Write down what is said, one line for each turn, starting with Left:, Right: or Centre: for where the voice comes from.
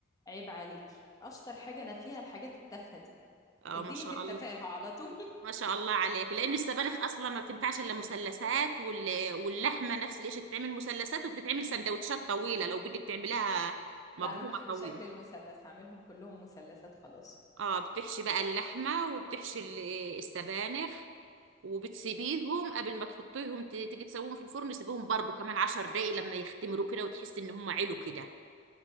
Left: عيب عليكي اشطر حاجة انا فيها الحاجات التافهة دي
Right: اه
Left: اديني
Right: ما شاء
Left: في التفاهة
Right: الله
Left: على طول
Right: ما شاء الله عليك لان السبانخ اصلا ما بتنفعش الا مثلثات وال... واللحمه نفس الشيء تتعمل مثلثات وبتتعمل سندوتشات طويله لو بدك تعملها
Left: <laughs> لا
Right: مبرومه
Left: انا بحب
Right: طويله
Left: شكل المثلث هعملهم كلهم مثلثات خلاص
Right: اه بتحشي بقى اللحمه وبتحشي ال- السبانخ وبتسيبيهم قبل ما تحطيهم ت- تيجي تسويهم في الفرن سيبيهم برضو كمان عشر دقايق لما يختمروا كده وتحسي ان هم علوا كده